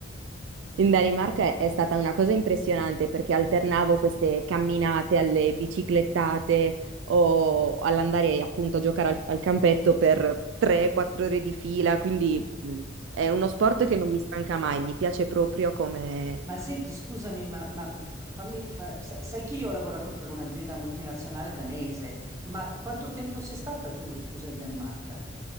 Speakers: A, on the right; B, on the right.
A: In Danimarca è è stata una cosa impressionante perché alternavo queste camminate alle biciclettate o all'andare appunto a giocare al, al campetto per 3-4 ore di fila, quindi mh, è uno sport che non mi stanca mai, mi piace proprio come...
B: Ma senti, scusami, ma, ma f- fammi, fa- sa- sai che io ho lavorato per un'azienda multinazionale danese, ma quanto tempo sei stata tu, scusa, in Danimarca?